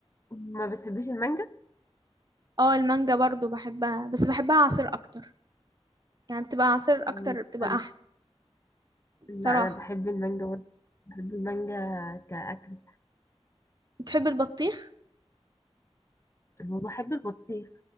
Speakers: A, on the left; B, on the right.
A: ما بتحبيش المانجا؟
B: اه المانجا برضو بحبها بس بحبها عصير اكتر يعني بتبقى عصير
A: مم.
B: اكتر بتبقى
A: أنا-
B: احلى
A: لا
B: صراحة
A: انا بحب المانجا برضه بحب المانجا كأكل
B: بتحب البطيخ
A: وبحب البطيخ